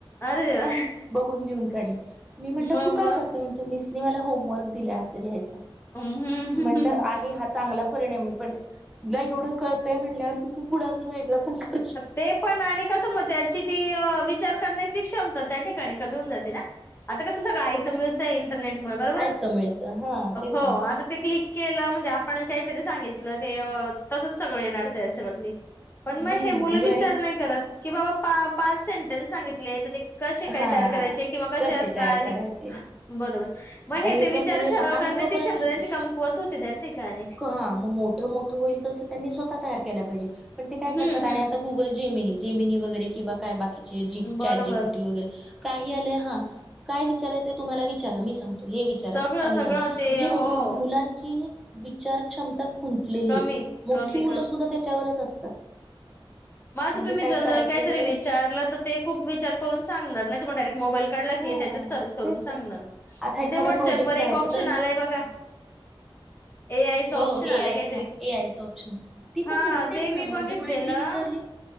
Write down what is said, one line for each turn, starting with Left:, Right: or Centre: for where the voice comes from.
Left: अरे देवा
Centre: बघून लिहून काढली मी म्हंटलं
Left: म
Centre: तू काय
Left: म
Centre: करते म्हणत. मिस मला होमवर्क दि असेल ह
Left: हम्म
Centre: म्हंटल आहे हा चांगला. पण तुला एवढं कळंय म्हण त तू पुढे अजून वेगळं पण कर.
Left: ते पण आणि कसं म त्याची ती विचार करण्याची क्षमता त्या ठिकाणी कमी होऊन जाते ना. आता कसं सगळं थं मिळतंय इंटरनेट मु बरोबर
Centre: ऐकत मिळतं हा तेच
Left: हो
Centre: ना
Left: आता ते क्लिक. केलं म्हणजे आपण काहीतरी सांगितलं ते तसच सगळं येणार त्याच्यावरती. पण
Centre: हम्म.
Left: मग हे
Centre: म्हणजे
Left: विचार
Centre: आणि
Left: नाही करत की बाबा पाच सेंटेनस सांगितले. कसे काय
Centre: हा
Left: तयार करायचे किंवा कसे असणार
Centre: तयार
Left: आहे
Centre: करायचे
Left: बरोबर. मग
Centre: आता
Left: हे ते विचार
Centre: कसं हे लहान
Left: करण्याची
Centre: आहे तोपर्यंत
Left: क्षमता
Centre: ठीक
Left: त्यांची
Centre: आहे
Left: कमकुवत होते त्या ठिकाणी.
Centre: हा मग मोठं मोठं होईल तसं मी स्वता. तयार केला पाहिजे पण ते काय
Left: हम्म
Centre: करतात आणि
Left: हम्म
Centre: आता गुल जेमिनी जेनी वरे किंवा काय बा.
Left: बरोबर
Centre: चॅट जीपीटी वगैरे काही आलंय हा काय विचारायचंय तुम्हाला विचारा मी सांग. हे विचारा
Left: सगळं
Centre: आम्ही
Left: सगळं
Centre: सांग म्हणजे
Left: ते हो
Centre: मुलांची विचारक्षम खुंटलेली
Left: कमी
Centre: आहे मोठी
Left: कमी
Centre: मुलं सुद्धा त्याच्यावरच असतात.
Left: म असं
Centre: म्हणजे
Left: तुम्ही
Centre: काही
Left: जनरल
Centre: करायचंय
Left: काहीतरी
Centre: तर
Left: विचारलं तर ते खूप विचार करून सांगणार, नाहीतर मग डायरेक्ट मोबाईल काढला
Centre: हा
Left: की त्याच्यात सर्च करून
Centre: तेच
Left: सांगणार,
Centre: ना आता एखादा
Left: अन् ते व्हॉट्सअप
Centre: प्रोजेक्ट
Left: वर
Centre: करायचा
Left: एक ऑप्शन
Centre: तर
Left: आलाय बघा. ए आयच
Centre: हो
Left: ऑप्शन
Centre: ए
Left: आलाय
Centre: आयचा
Left: काहीतरी
Centre: ए आयचा ऑप्शन तिथं
Left: हा
Centre: सुधा तेच
Left: ते
Centre: ना
Left: मी
Centre: म. म्हणजे
Left: बघितलेलं
Centre: माहिती विचारली,